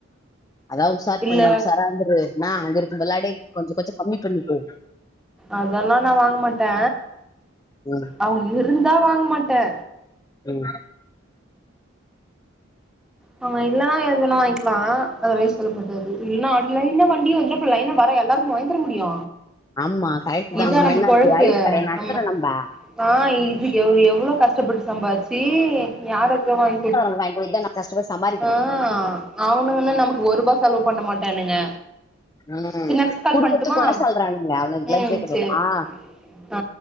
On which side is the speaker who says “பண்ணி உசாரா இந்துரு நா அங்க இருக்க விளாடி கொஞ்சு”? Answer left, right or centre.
Left